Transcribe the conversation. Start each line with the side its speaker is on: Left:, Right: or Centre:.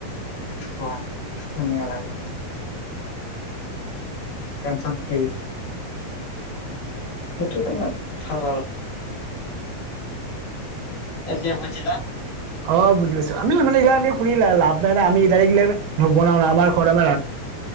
Left: নাই দেখা ধুনীয়া লাগে পেনচন খেৰি সেইটো তো ভাল আৰু এতিয়া বুজিলা
Right: অ বুজিছ আমি মানে এইিলাক আমি শুনি লাভ নাই না আমি এইাক নবনাও ন আমাৰ ঘৰত আমা